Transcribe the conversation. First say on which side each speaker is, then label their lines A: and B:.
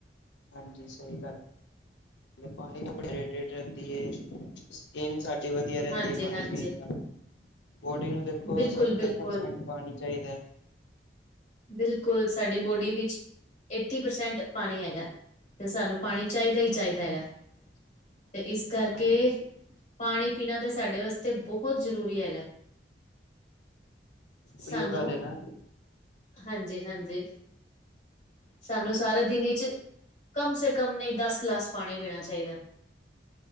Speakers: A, on the left; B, on the left.
A: ਹਾਂਜੀ ਸਹੀ ਗੱਲ, ਪਾਣੀ <inaudible> ਰਹਿੰਦੀ ਏ। ਸਕਿਨ ਸਾਡੀ ਵਧੀਆ ਰਹਿੰਦੀ
B: ਹਾਂਜੀ
A: ਐ ਪਾਣੀ
B: ਹਾਂਜੀ,
A: ਪੀਣ ਨਾਲ, ਬੋਡੀ ਨੂੰ ਦੇਖੋ,
B: ਬਿਲਕੁਲ
A: ਸੱਤਰ
B: ਬਿਲਕੁਲ
A: ਪਰਸੈਂਟ ਪਾਣੀ ਚਾਹੀਦਾ।
B: ਬਿਲਕੁਲ, ਸਾਡੀ ਬੋਡੀ ਵਿੱਚ ਏਟੀ ਪਰਸੈਂਟ ਪਾਣੀ ਹੈਗਾ ਤੇ ਸਾਨੂੰ ਪਾਣੀ ਚਾਹੀਦਾ ਹੀ ਚਾਹੀਦਾ ਹੈਗਾ। ਤੇ ਇਸ ਕਰਕੇ
A: ਹਾਂਜੀ
B: ਪਾਣੀ ਪੀਣਾ ਤੇ ਸਾਡੇ ਵਸਤੇ ਬਹੁਤ ਜ਼ਰੂਰੀ ਹੈਗਾ।
A: ਉਹੀਓ
B: ਸਾਨੂੰ
A: ਗੱਲ ਹੈ ਨਾ
B: ਹਾਂਜੀ- ਹਾਂਜੀ, ਸਾਨੂੰ ਸਾਰਾ ਦਿਨ ਚ' ਕਮ ਸੇ ਕਮ ਨਹੀਂ, ਦਸ ਗਲਾਸ ਪਾਣੀ ਪੀਣਾ ਚਾਹੀਦਾ।